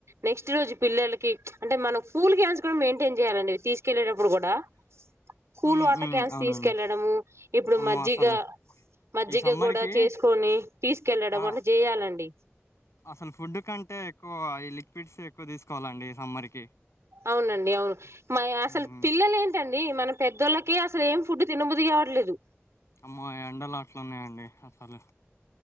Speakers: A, on the right; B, on the left.
A: నెక్స్ట్ రోజు పిల్లకి అంటే మన పూల్కించసు కూడాడం మెయింటైన్యాలండి తీసుకెళ్ళటప్పుడు కూడా cool
B: hmm
A: water
B: hmm
A: cans
B: అవునండి
A: తీసుకెళ్ళడము ఇప్పుడు
B: అమ్మో
A: మజ్జిగ
B: అసలు
A: మజ్జిగ
B: ఈ సమ్మర్కి
A: కూడా చేసు ని తీసుకెళ్లడం
B: ఆ
A: అట్ చేయాల అండి
B: అసలు ఫుడ్ కంటే ఎక్కువ ఈ లిక్విడ్స్ ఎక్కువ తీసుకోవాలండి సమ్మర్కి
A: అవునండి అవును అసలు
B: మ్మ్
A: పిల్లలు ఏంటండి మన పెద్దోళ్ళకే అసలు ఏం ఫుడ్ తినబుది కావట్లేదు
B: అమ్మో ఎండలు అట్లున్నాయండి అసలు